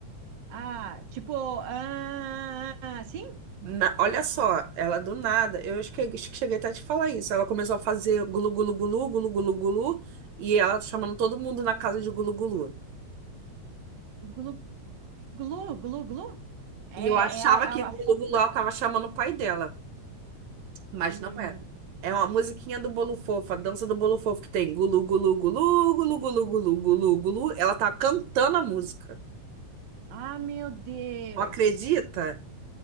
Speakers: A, on the right (about 50°); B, on the right (about 75°).
A: Ah, tipo, ah, ah, sim,
B: Na- olha só, ela do nada, eu acho que, acho que cheguei até a te falar isso. Ela começou a fazer gulu gulu gulu, gulu gulu gulu, e ela chamando todo mundo na casa de gulu gulu.
A: glu, glu, glu, glu. É,
B: E eu achava
A: é, a, a-
B: que gulu
A: a forma.
B: gulu ela tava chamando o pai dela. Mas
A: Hum.
B: não era. É uma musiquinha do Bolo Fofo, a dança do Bolo Fofo que tem gulu, gulu, gulu, gulu, gulu, gulu, gulu, gulu. Ela tá cantando a música.
A: Ah, meu Deus.
B: Não acredita?